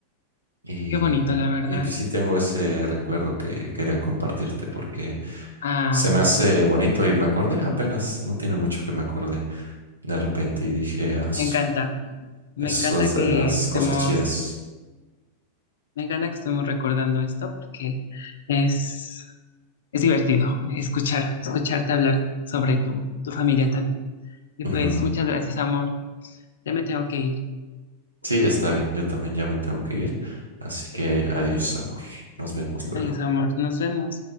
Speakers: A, on the right; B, on the left.
A: Y,
B: Qué bonito, la verdad.
A: y pues sí tengo ese recuerdo que quería compartirte porque
B: Ah,
A: se me hace bonito y me acordé apenas, no tiene mucho que me acordé de repente y dije, "Ah,
B: me
A: su-
B: encanta. Me
A: eso
B: encanta
A: es
B: que
A: de las
B: estemos,
A: cosas chidas.
B: me encanta que estemos recordando esto porque es, es divertido escuchar, escucharte hablar sobre tu, tu familia también.
A: <laughs>
B: Y pues,
A: Ujú.
B: muchas gracias, amor. Ya me tengo que ir.
A: Sí, está bien, yo también ya me tengo que ir, así que adiós, amor, nos vemos luego.
B: Adiós, amor. Nos vemos.